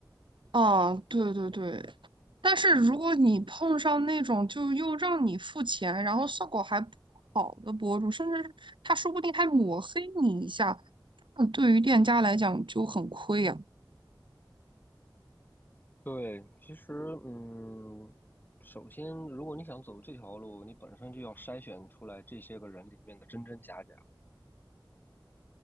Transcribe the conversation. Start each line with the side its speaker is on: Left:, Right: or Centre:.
Right: 啊，对对对，但是如果你碰上那种就又让你付钱，然后效果还不好的博主，甚至他说不定还抹黑你一下，那对于店家来讲就很亏呀、
Left: 对，其实嗯，首先如果你想走这条路，你本身就要筛选出来这些个人里面的真真假假。